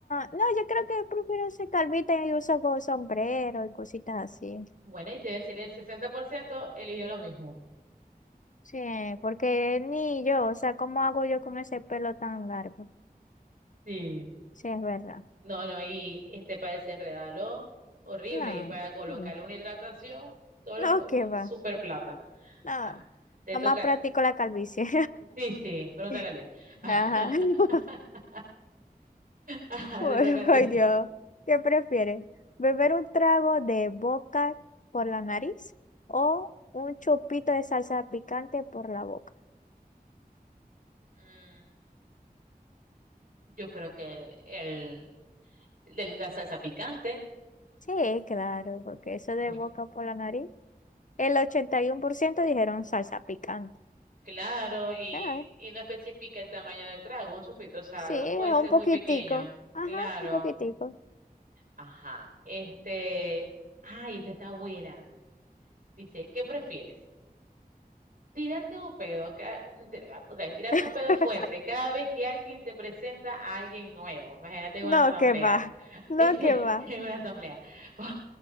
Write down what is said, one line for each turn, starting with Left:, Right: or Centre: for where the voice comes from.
Left: no, yo creo que prefiero ser calvita y uso co- sombrero y cositas así.
Right: Bueno, y te voy a decir, el 60% eligió lo mismo.
Left: Sí, porque ni yo, o sea, ¿cómo hago yo con ese pelo tan largo?
Right: Sí.
Left: Sí, es verdad.
Right: No, no, y este para desenredarlo, horrible.
Left: No,
Right: Y para colocarle
Left: mm,
Right: una hidratación, todos
Left: no,
Right: los co-
Left: qué va.
Right: super plata.
Left: No, no,
Right: Ajá. Te
Left: nomás
Right: toca a
Left: practico
Right: ti.
Left: la calvicie.
Right: Sí, sí, pregúntale
Left: <laughs>
Right: a Luis. <laughs>
Left: Ajá. <laughs>
Right: Ajá,
Left: Bueno,
Right: te toca a ti.
Left: ay, Dios. ¿Qué prefieres? ¿Beber un trago de boca por la nariz o un chupito de salsa picante por la boca?
Right: Mm, yo creo que el, de la salsa picante.
Left: Sí, claro, porque eso de
Right: ¿Por
Left: boca
Right: qué?
Left: por la nariz, el 81% dijeron salsa picante.
Right: Claro, y,
Left: ya
Right: y no especifica el tamaño del trago, un chupito, o sea,
Left: Sí,
Right: algo
Left: un
Right: puede ser
Left: poquitico.
Right: muy pequeño.
Left: Ajá,
Right: Claro.
Left: un poquitico.
Right: Ajá. Este, ay, esta está buena. Dice, ¿qué prefieres? Tirarte un pedo, ca- te- otra vez, tirarte
Left: <laughs>
Right: un pedo fuerte cada vez que alguien te presenta a alguien nuevo. Imagínate en una
Left: No,
Right: asamblea.
Left: que va.
Right: <laughs>
Left: No,
Right: Este,
Left: que va.
Right: en una asamblea. <laughs>